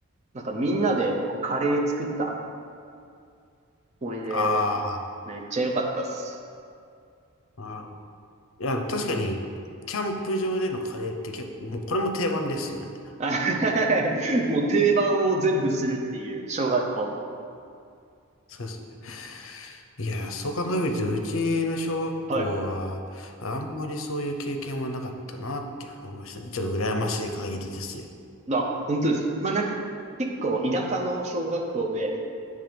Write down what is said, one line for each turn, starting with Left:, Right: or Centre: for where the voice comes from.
Right: なんかみんなで、こう、カレー作った思い出が、
Left: あ
Right: めっちゃ良かったっす。
Left: あ、なるほど。いや、確かに、キャンプ場でのカレーって結構、もうこれも定番ですよね。
Right: <laughs> もう定番を全部するっていう、小学校の。
Left: そうそういやー、そう考えると、うちの小学校は、
Right: はい。
Left: あんまりそういう経験はなかったなっていうふうに思いましたね。ちょっと羨ましい限りですよ。
Right: あ、本当ですか。まあ、なんか、結構、田舎の小学校で、